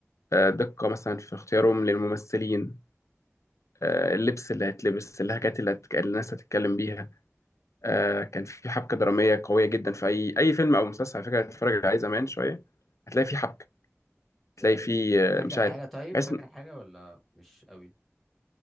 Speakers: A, on the left; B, in the centre.
A: آه
B: امم
A: دقة مثلا في اختيارهم للممثلين آه اللبس اللي هيتلبس اللهجات اللي, هتك... اللي الناس هتتكلم بيها آه كان في حبكة درامية قوية جدا في أي أي فيلم أو مسلسل على فكرة هتتفرج عليه زمان شوية هتلاقي في حبكة
B: زي
A: هتلاقي في
B: ايه
A: آه
B: فاكر
A: مش عارف
B: حاجه طيب
A: بحس
B: فاكر حاجه ولا مش قوي